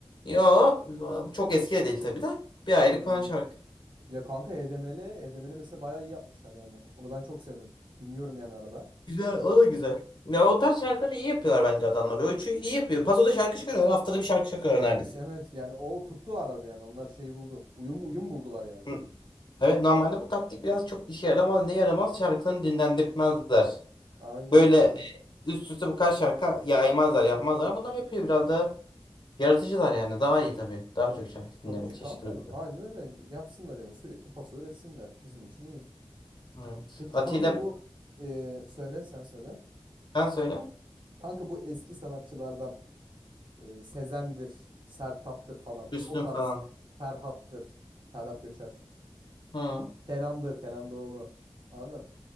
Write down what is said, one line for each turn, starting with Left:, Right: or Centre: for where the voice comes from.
Left: Yo, çok eski de değil tabii de. Bir aylık
Right: Ha.
Left: falan şarkı.
Right: Ya kanka HDML, HDML mesela bayağı iyi yapmışlar yani. Onu ben çok sevdim. Dinliyorum yani arada.
Left: Güzel, o da güzel. Ya o tarz şarkıları iyi yapıyorlar bence adamlar. Ölçü iyi yapıyor. Pazoda şarkı çıkarıyorlar. Haftada bir şarkı çıkarıyor neredeyse.
Right: Evet yani o tuttular araba yani. Onlar şeyi buldu. Uyum uyum buldular yani.
Left: Hı. Evet normalde bu taktik biraz çok işe yaramaz. Ne yaramaz? Şarkılarını dinlendirtmezler.
Right: Aynen.
Left: Böyle e, üst üste bu kadar şarkı yaymazlar, yapmazlar. ama Bunlar yapıyor biraz daha yaratıcılar yani. Daha iyi tabii. Daha çok şarkı dinleme
Right: Tabii ki
Left: çeşitimiz
Right: kanka
Left: oluyor.
Right: aynen öyle. Yapsınlar yani sürekli pası üretsinler. Bizim için iyi.
Left: Evet.
Right: Peki
Left: Atilla
Right: kanka bu e, söyle sen söyle.
Left: ben söyle.
Right: Kanka bu eski sanatçılardan e, Sezen'dir, Sertab'dır falan.
Left: Üstün
Right: O tarz.
Left: falan.
Right: Ferhat'tır. Ferhat Göçer.
Left: Hı.
Right: Kenan'dır, Kenan Doğulu. Anladın?